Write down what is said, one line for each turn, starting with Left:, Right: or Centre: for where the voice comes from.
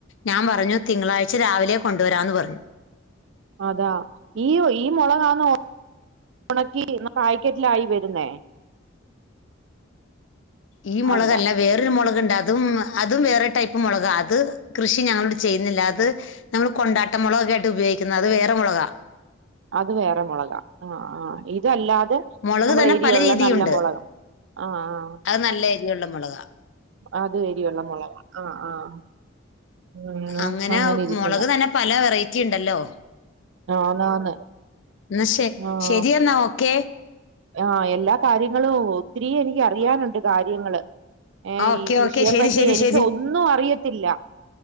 Left: ഞാൻ പറഞ്ഞു തിങ്കളാഴ്ച രാവിലെ കൊണ്ടുവരാന്ന് പറഞ്ഞു
Right: അതാ ഈ ഈ മുളകന്ന് ഉണക്കി കായ്ക്കറ്റിലായി വരുന്നേ
Left: ഈ മുളകല്ല
Right: അല്ല
Left: വേറൊരു മുളകുണ്ട് അതും അതും വേറൊ ടൈപ്പ് മുളക് അത് കൃഷി ഞങ്ങളോട് ചെയ്യുന്നില്ല അത് നമ്മൾ കൊണ്ടാട്ട മുളകൊക്ക ആയിട്ട് ഉപയോഗിക്കുന്നത് അത് വേറെ മുളകാ
Right: അത് വേറെ മുളക ആഹ് ആഹ് ഇതല്ലാതെ
Left: മുളക്
Right: നമ്മൾ
Left: തന്നെ
Right: എരിയള്ള
Left: പല രീതിയുണ്ട്
Right: നല്ല മുളകം ആഹ്
Left: അത് നല്ല വെള്ളമളക
Right: അത് വരിയുള്ള മുളക് ആഹ് ആഹ് ഉം
Left: അങ്ങനെ
Right: ഇരിക്കുന്നു
Left: മുളക് തന്നെ പല വെറൈറ്റി ഉണ്ടല്ലോ
Right: ആന്ന് ആന്ന്
Left: എന്ന ശെ
Right: ആഹ്
Left: ശരിയെന്നാ ഓക്കെ
Right: ആഹ് എല്ലാ കാര്യങ്ങളും ഒത്തിരി എനിക്ക് അറിയാനുണ്ട് കാര്യങ്ങള് ഏർ
Left: ഓക്കെ
Right: ഈ കൃഷിയെ
Left: ഓക്കെ ശരി
Right: പറ്റി
Left: ശരി
Right: എനിക്ക്
Left: ശരി
Right: ഒന്നും അറിയത്തില്ല